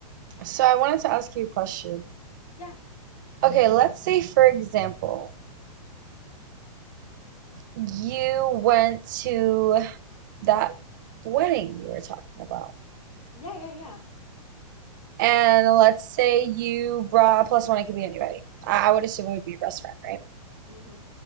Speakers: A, on the right; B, on the left.
A: So I wanted to ask you a question.
B: yeah,
A: Okay, let's say for example, you went to that wedding you were talking about.
B: yeah, yeah, yeah.
A: And let's say you brought plus one, it could be anybody. I would assume it would be your best friend, right?
B: Mm-hmm.